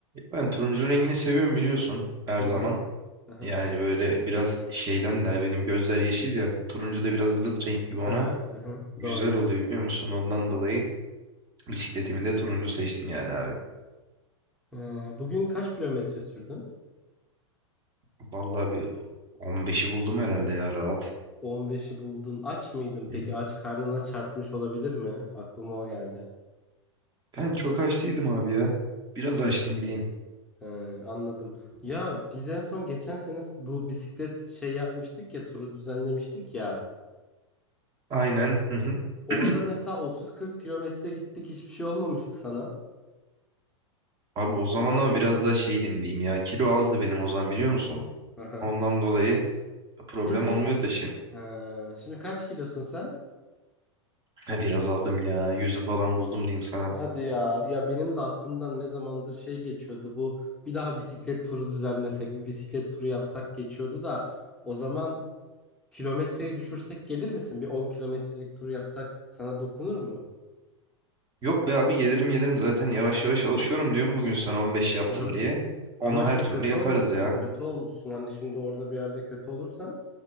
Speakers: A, on the right; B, in the centre.
A: Ben turuncu rengini seviyorum biliyorsun her
B: Hı
A: zaman.
B: hı. Hı hı.
A: Yani böyle biraz şeyden de benim gözler yeşil ya. Turuncu da biraz zıt renk gibi ona.
B: Hı hı. hı hı.
A: Güzel
B: Doğru.
A: oluyor biliyor musun? Ondan dolayı bisikletimi de turuncu seçtim yani abi.
B: E, bugün kaç kilometre sürdün?
A: Vallahi bir 15'i buldum herhalde ya rahat.
B: 15'i buldun. Aç mıydın peki?
A: Hı.
B: Aç karnına çarpmış olabilir mi? Aklıma o geldi.
A: Ben çok aç değildim abi ya. Biraz açtım diyeyim.
B: He, anladım. Ya biz en son geçen sene s- bu bisiklet şey yapmıştık ya turu düzenlemiştik ya.
A: Aynen. Hı hı.
B: Orada
A: <clears throat>
B: mesela 30-40 kilometre gittik hiçbir şey olmamıştı sana.
A: Abi o zaman ama biraz daha şeydim diyeyim ya. Kilo azdı benim o zaman biliyor musun?
B: Aha.
A: Ondan dolayı problem
B: Peki
A: olmuyor da şimdi.
B: he, şimdi kaç kilosun sen?
A: Ha, biraz aldım ya. Yüzü falan buldum diyeyim sana.
B: Hadi ya ya benim de aklımdan ne zamandır şey geçiyordu bu bir daha bisiklet turu düzenlesek bir bisiklet turu yapsak geçiyordu da o zaman kilometreyi düşürsek gelir misin? Bir 10 kilometrelik tur yapsak sana dokunur mu?
A: Yok be abi gelirim gelirim zaten yavaş yavaş
B: Hı
A: alışıyorum
B: hı.
A: diyorum bugün sana 15 yaptım
B: Hı hı.
A: diye. Onu
B: Ama işte
A: her türlü
B: kötü
A: yaparız
B: olmuşsun,
A: ya.
B: kötü olmuşsun. Hani şimdi orada bir yerde kötü olursan.